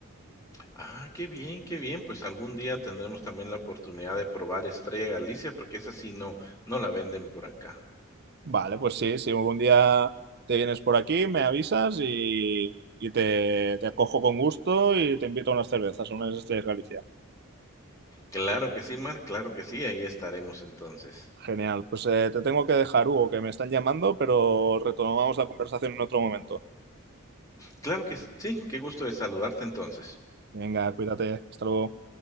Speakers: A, on the left (about 15°); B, on the right (about 50°).
A: Ah, qué bien, qué bien. Pues algún día tendremos también la oportunidad de probar Estrella Galicia, porque esa sí no, no la venden por acá.
B: Vale, pues sí, si algún día te vienes por aquí, me avisas y, y te, te acojo con gusto y te invito a unas cervezas, a unas estrellas Galicia.
A: Claro que sí, Mar, claro que sí, ahí estaremos entonces.
B: Genial, pues eh, te tengo que dejar, Hugo, que me están llamando, pero retomamos la conversación en otro momento.
A: Claro que sí, qué gusto de saludarte entonces.
B: Venga, cuídate, hasta luego.